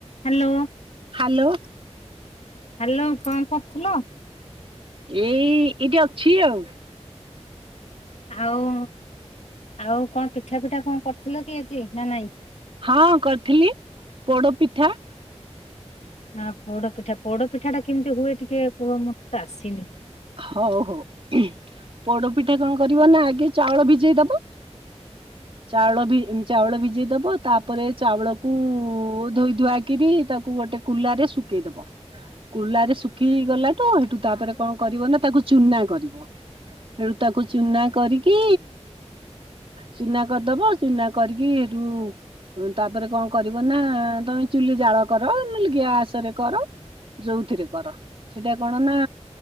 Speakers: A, on the left; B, on the right.
A: Hello
B: hello.
A: Hello କଣ କରୁଥିଲ?
B: ଏଇ ଏଇଟି ଅଛି ଆଉ।
A: ଆଉ ଆଉ କଣ ପିଠା ଫିଠା କଣ କରିଥିଲ କି ଆଜି ନା ନାଇଁ।
B: ହଁ କରିଥିଲି ପୋଡପିଠା।
A: ହଁ ପୋଡ ପିଠା ପୋଡ ପିଠା ଟା କେମିତି ହୁଏ ଟିକେ କୁହ ମତେ ତ ଆସିନି।
B: ହଉ ହଉ ପୋଡପିଠା କଣ କରିବ ନା ଆଗେ ଚାଉଳ ଭିଜେଇ ଦବ ଚାଉଳ ବି ଚାଉଳ ଭିଜେଇଦବ ତାପରେ ଚାଉଳକୁ ଧୋଇ ଧୁଆକିରି ତାକୁ ଗୋଟେ କୁଲାରେ ଶୁ କେଇଦବ କୁଲାରେ ଶୁଖି ଗଲାଠୁ ସେଠୁ ତାପରେ କଣ? କରିବ ନା ତାକୁ ଚୁନା କରିବ। ହେଠୁ ତାକୁ ଚୁନା କରିକି ଚୁନା କରିଦବ ଚୁନା କରିକି ହୁଁ। ହ ତାପରେ କଣ କରିବ ନା ତମେ ଚୁଲି ଜାଳ କର ନହେଲେ ଗି୍ୟାସ ରେ କର ଯୋଉଥିରେ କର ସେଟା କଣ ନା